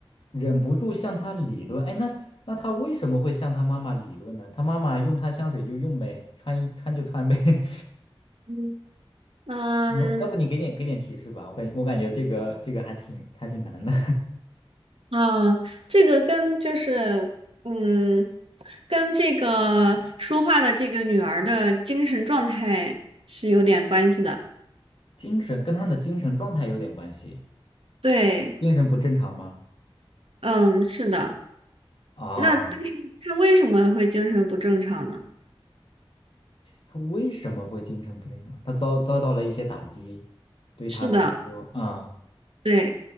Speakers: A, on the left; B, on the right.
A: 忍不住向他理论。哎，那那他为什么会向他妈妈理论呢？他妈妈用他香水就用呗，穿一穿就穿呗。<laughs>
B: 嗯嗯
A: 嗯要不你给点给点提示吧，我感我感觉这个这个还挺还挺难的，
B: 啊，这个跟就是嗯，跟这个说话的这个女儿的精神状态是有点关系的。
A: <laughs> 精神跟他的精神状态有点关系，
B: 对，
A: 精神不正常吗？
B: 嗯，是的。
A: 啊，
B: 那但是他为什么会精神不正常呢？
A: 他为什么会精神不正常？他遭遭到了一些打击，对他来说，
B: 是的，
A: 啊、
B: 对，